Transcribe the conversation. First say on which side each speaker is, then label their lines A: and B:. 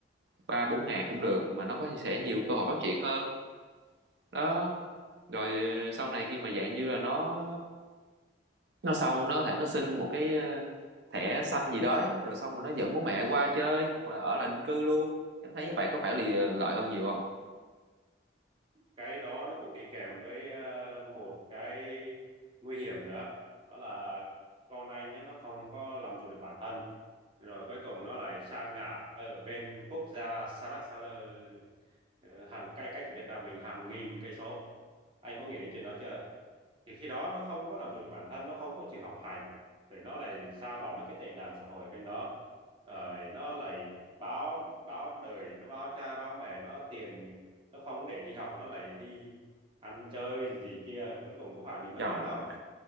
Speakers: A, on the right; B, on the right.
A: ba bốn ngàn cũng được mà nó có sẽ nhiều cơ hội phát triển hơn đó rồi ờ, sau này khi mà dạng như là nó nó xong nó có thể nó xin một cái ờ, thẻ xanh gì đó á, rồi xong rồi nó dẫn bố mẹ qua chơi hoặc là ở lại định cư luôn em thấy như vậy có phải là lợi hơn nhiều không
B: cái đó nó cũng đi kèm với ờ, một cái nguy hiểm nữa đó là con anh nhá nó không có làm chủ được bản thân rồi cuối cùng nó lại sa ngã ở bên quốc gia xa lắc xa lơ ờ, hàng cây cách Việt Nam mình hàng nghìn cây số anh có nghĩ đến chuyện đó chưa thì khi đó nó không có làm chủ được bản thân nó không có chịu học hành rồi nó lại sa vào mấy cái tệ nạn xã hội ở bên đó rồi nó lại báo báo đời nó báo cha báo mẹ nó tiền nó không để đi học mà nó lại đi ăn chơi gì, gì kia cuối cùng có phải mình mất
A: trời
B: trắng không
A: ơi